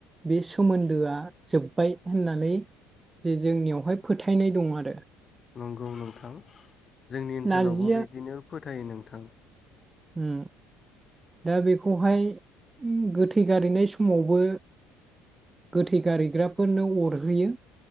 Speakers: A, on the right; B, on the left.
A: बे सोमोन्दोआ जोब्बाय होननानै जे जोंनियावहाय फोथायनाय दं आरो।
B: नंगौ नोंथां जोंनि ओनसोलावबो
A: नारजिया
B: बिदिनो फोथायो नोंथां।
A: उम। दा बेखौहाय गोथै गारैनाय समावबो गोथै गारैग्राफोरनो अरहोयो।